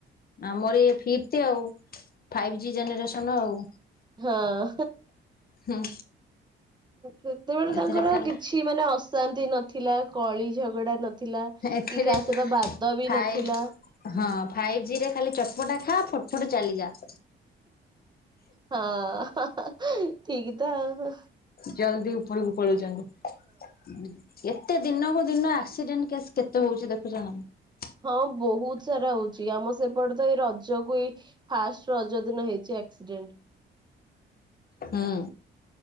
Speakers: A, on the left; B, on the right.
A: ଆମର ଇଏ ଫିଫ୍ଟ ଆଉ। ଫାଇଭ୍ ଜି ଜେନେରେସନ୍ ଆଉ।
B: ହଁ।
A: ହୁଁ
B: ସେତେବେଳେ
A: ଏଥିରେ
B: ତାଙ୍କର
A: ଖାଲି
B: କିଛି ମାନେ ଅ ସ। ଅଶାନ୍ତି ନଥିଲା କଳି ଝଗଡା ନଥିଲା କି
A: ଏଥିରେ
B: କାହା ସହିତ ବାଦ ବି
A: ଫାଇଭ୍
B: ନଥିଲା।
A: ହଁ ଫାଇଭ ଜି ରେ ଖାଲି ଚଟପଟା ଖା ଫଟ ଫଟ ଚାଲିଜା।
B: ହଁ ହଁ ହଁ ଠିକ ତ ଆଉ।
A: ଜଲଦି ଉପରକୁ ପଳଉଛନ୍ତି ଏତେ ଦିନକୁ ଦିନ ଆକ୍ସିଡେଣ୍ଟ କେସ୍। କେତେ ହଉଛି ଦେଖୁଛନା ନାଇ।
B: ହଁ ବହୁତ ସାରା ହଉଛି ଆମ ସେପଟେ ତ ଏଇ ରଜକୁ ଏଇ ଫାଷ୍ଟ ରଜ ଦିନ ହେଇଛି। ଆକ୍ସିଡେଣ୍ଟ।
A: ହୁଁ